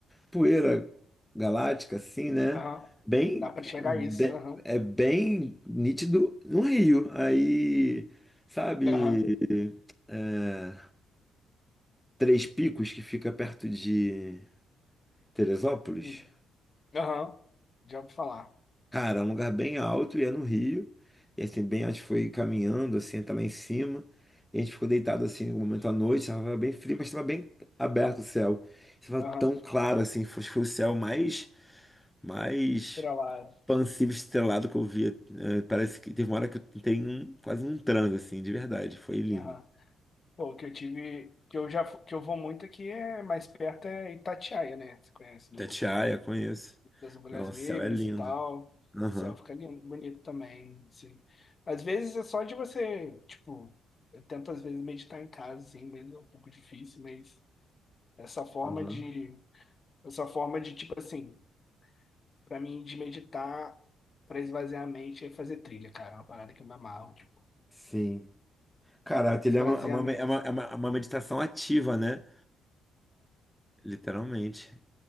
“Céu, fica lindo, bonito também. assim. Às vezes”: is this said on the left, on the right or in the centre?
Left